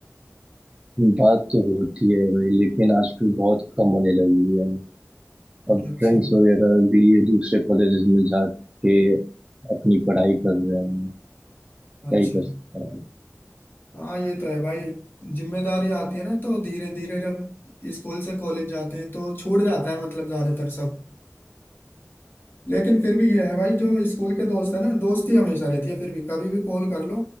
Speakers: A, on the right (about 20°); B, on the left (about 45°).
A: बात तो होती है भाई लेकिन आजकल बहुत कम होने लगी है अब
B: अच्छा
A: फ्रेंड्स वगैरह भी दूसरे कॉलेजेस में जाके अपनी पढ़ाई कर रहे हैं क्या
B: अच्छा
A: ही कर सकता है
B: हाँ ये तो है भाई जिम्मेदारी आती है ना तो धीरे धीरे जब स्कूल से कॉलेज जाते हैं तो छूट जाता है मतलब ज्यादातर सब लेकिन फिर भी ये है भाई जो स्कूल के दोस्त है ना दोस्ती हमेशा रहती है फिर भी कभी भी कॉल कर लो